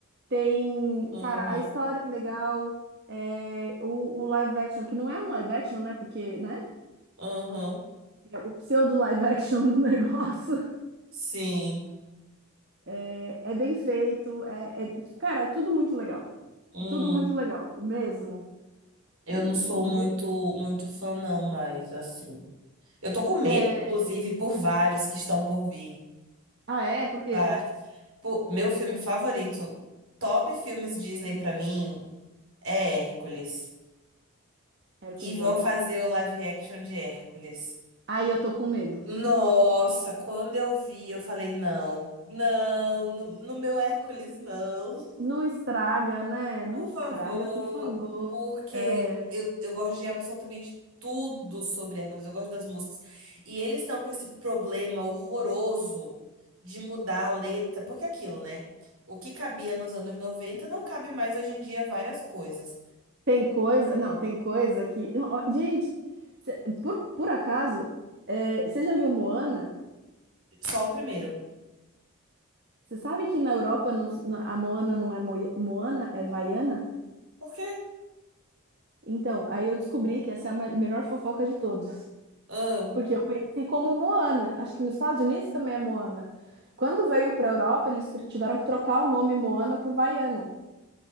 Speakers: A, on the right; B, on the right.
A: tem,
B: uhum,
A: cara, a história é legal, é, o, o live action, que não é um live action, né? Porque, né?
B: uhum.
A: É o pseudo live action do <laughs> negócio.
B: Sim.
A: É, é bem feito, é, é- tipo, cara, é tudo muito legal.
B: Hum.
A: Tudo muito legal, mesmo.
B: Eu
A: E,
B: não sou muito,
A: e eu-
B: muito fã, não, mas assim. Eu tô com medo,
A: é,
B: inclusive, por vários que estão por vir.
A: ah, é? Por quê?
B: Vários. Pô, meu filme favorito, top filmes Disney pra mim, é Hércules.
A: Hércules
B: E vão
A: é legal.
B: fazer o live action de Hércules.
A: Aí eu tô com medo.
B: Nossa, quando eu vi, eu falei, não, não, no, no meu Hércules, não.
A: Não estraga, né? Não
B: Por
A: estraga,
B: favor,
A: por favor.
B: porque
A: É.
B: eu, eu gosto de absolutamente tudo sobre Hércules, eu gosto das músicas. E eles estão com esse problema horroroso de mudar a letra, porque é aquilo, né? O que cabia nos anos 90 não cabe mais hoje em dia várias coisas.
A: Tem coisa, não, tem coisa que. ó, Gente, cê- por, por acaso, é, você já viu Moana?
B: Só o primeiro.
A: Você sabe que na Europa não se- na- a Moana não é Moi- Moana, é Vaiana?
B: Por quê?
A: Então, aí eu descobri que essa é a me- melhor fofoca de todos.
B: Ah,
A: Porque eu conheci como Moana. Acho que nos Estados Unidos também é Moana. Quando veio para a Europa, eles tr- tiveram que trocar o nome Moana por Vaiana.